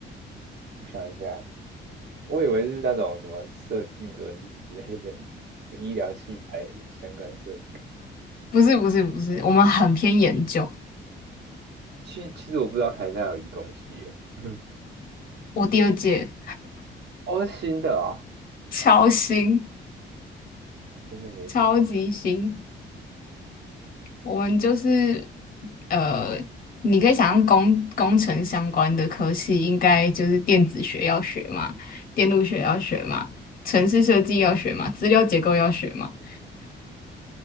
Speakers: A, on the right (about 60°); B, on the left (about 45°).
A: 我想一下，我以为是那种什么设计伦理之类的，<laughs> 医疗器材相关设计。
B: 不是，不是，不是，我们很偏研究。
A: 其其实我不知道台大有移工系耶，<laughs>
B: 我第二届
A: 哦，是新的啊，
B: 超新，
A: 我真的没听。
B: 超级新，我们就是呃，你可以想象工工程相关的科系，应该就是电子学要学嘛，电路学要学嘛，城市设计要学嘛，资料结构要学嘛。